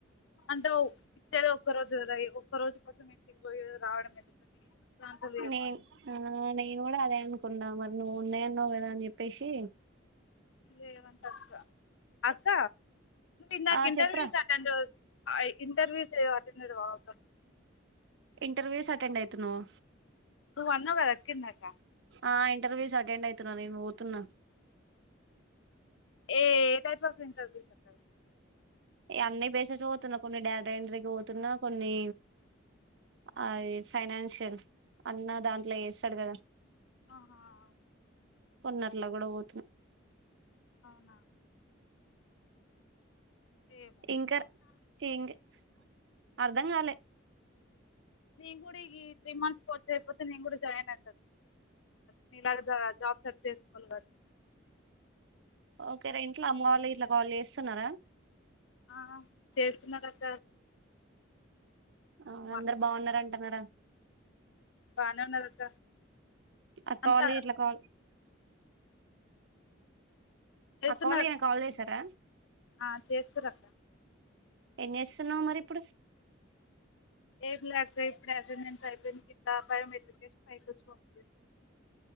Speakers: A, on the left (about 70°); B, on the right (about 60°).
A: అంటే ఓ ఇచ్చేది ఒక్క రోజు ఒక్క రోజు కోసం ఇంటికి పోయి రావడం ఎందుకని ప్రంతలుయ
B: నేను
A: అంట
B: ఆ నేను కూడా అదే అనుకున్నా మరి నువ్వు ఉన్నాయన్నావు కదా అని చెప్పేసి
A: లేవంత అక్క ఇందాక
B: ఆ
A: ఇంటర్వ్యూస్
B: చెప్పరా
A: అటెండ్ అయి ఇంటర్వ్యూస్ చే వాటి మీద వాగుత
B: ఇంటర్వ్యూస్ అటెండ్ అయితున్నావ్
A: నువ్వు అన్నావు కదా అక్క ఇందాక
B: ఆ ఇంటర్వ్యూస్ అటెండ్ అయితున్నా నేను పోతున్నా
A: ఏ ఏ టైప్ ఆఫ్ ఇంటర్వ్యూస్ అక్క
B: అన్ని బేసేస్ పోతున్నా కొన్ని డేటాఎంట్రీకి పోతున్నా కొన్ని అది ఫైనాన్షియల్ అన్న దాంట్లో ఏస్తాడు కదా
A: ఆహా ఆ
B: కొన్నట్లా గూడా వోతున్నా
A: అవునా ఏమో
B: ఇంకా ఇంగ్ అర్ధం గాలే
A: నెన్ గూడా ఈ త్రీ మంత్స్ కోర్స్ అయిపోతే నేను కూడా జాయిన్ అయిత మీలాగా జాబ్ సెర్చ్ చేసు కల్లుదాచ్
B: ఓకేరా ఇంట్లో అమ్మ వాళ్ళు ఇట్లా కాల్ చేస్తున్నారా
A: ఆ చేస్తున్నారు రకా ఒకసారి
B: ఆ అందరు
A: మాట్లాడతారు
B: బావున్నారంటున్నారా
A: బాగానే ఉన్నారు అక్క
B: అక్కవాళ్ళు
A: అంతా
B: గిట్లా కాల్
A: చేస్తున్నారు
B: అక్క వాళ్ళు ఈయన కాల్ చేసారా
A: ఆ చేస్తురక్క
B: ఏం చేస్తున్నావు మరి ఇప్పుడు
A: ఏం లే అక్క ఇప్పుడే అటెండెన్స్ అయిపోయింది కింద బయోమెట్రిక్ వేసి బయటికి వచ్చా ఫోన్ చేస్తున